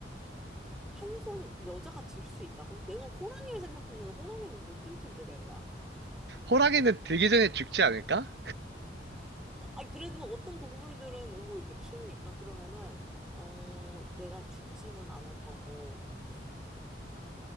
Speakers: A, in the centre; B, on the right (about 70°).
A: 한 손 여자가 들 수 있다고? 내가 호랑이를 생각했는데, 호랑이는 못 들 텐데, 내가.
B: 호랑이는 들기 전에 죽지 않을까?
A: 아니, 그래도 어떤 동물들은 뭐 이렇게 키우니까, 그러면은, 어, 내가 죽지는 않을 거고, 어,